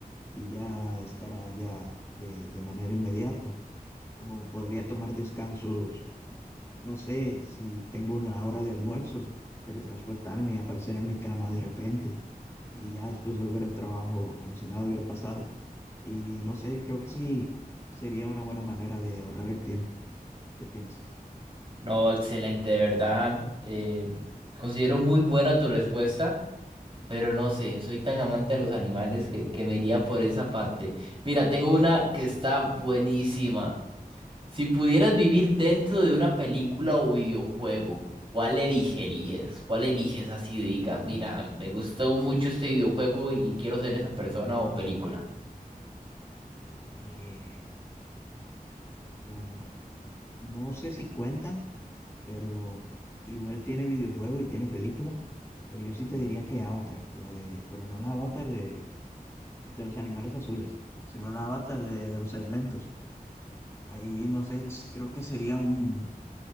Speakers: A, on the left (about 20°); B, on the right (about 35°).
A: y ya estar allá de, de manera inmediata. O podría tomar descansos no sé si tengo una hora de almuerzo, teletransportarme y aparecer en mi cama de repente y ya después volver al trabajo como si nada hubiera pasado. Y no sé, creo que sí sería una buena manera de ahorrar el tiempo. ¿Qué piensas?
B: No, excelente, de verdad. eh, considero muy buena tu respuesta. Pero no sé, soy tan amante de los animales que, que me iría por esa parte. Mira, tengo una que está buenísima. Si pudieras vivir dentro de una película o videojuego, ¿cuál elegirías? ¿Cuál eliges así? Diga, mira, me gustó mucho este videojuego y quiero ser esa persona o película.
A: Eh, bueno, no sé si cuentan, pero igual tiene videojuego y tiene película, pero yo sí te diría que Avatar, la de, pero no la Avatar de, de los animales azules, sino la Avatar de, de los elementos. Ahí no sé, si- creo que sería un,